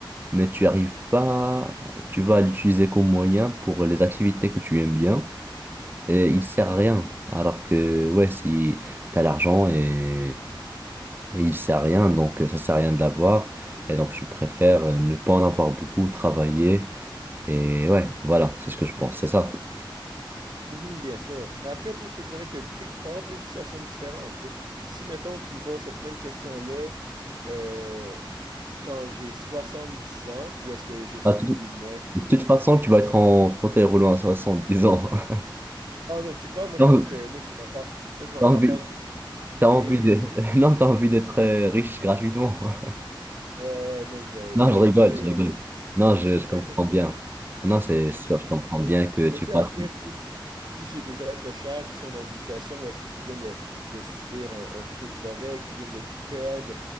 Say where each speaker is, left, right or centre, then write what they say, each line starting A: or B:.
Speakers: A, on the right (about 25°); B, on the right (about 55°).
A: mais tu arrives pas, tu vas l'utiliser comme moyen pour les activités que tu aimes bien et il sert à rien. Alors que, ouais, si, t'as l'argent et et il sait à rien, donc euh, ça sert à rien de l'avoir. Et donc je préfère euh, ne pas en avoir beaucoup, travailler. Et ouais, voilà, c'est ce que je pense, c'est ça.
B: Mhm, bien sûr. Mais après, tu sais, je te dirais que, tu sais, qu'il peut y avoir des situations différentes. tu sais. Si, mettons, tu me poses cette même question-là euh, quand j'ai 70 ans, ou est-ce que je suis
A: Ah, tout-
B: moins actif?
A: De toute façon, tu vas être en fauteuil roulant à 70 ans. <laughs>
B: Ah non, tu crois? Moi,
A: T'as
B: je pense que moi, je vais encore, moi, je vais encore
A: t'as envie,
B: faire du jiu-jitsu
A: t'as envie
B: et
A: de, <laughs> non, t'as envie d'être euh, riche gratuitement. <laughs>
B: ouais, ouais, non, je vais,
A: Non,
B: je vais
A: je rigole,
B: être vieux
A: je
B: et
A: rigole.
B: en-
A: Non, je,
B: <laughs>
A: je comprends bien. Non, c'est sûr, je comprends bien que tu
B: Mais tu sais,
A: passes.
B: après, tu sais, si j'ai des êtres chers qui sont dans une situation où est-ce qu'ils viennent de, de subir un, un feu de forêt, qui viennent de tout perdre,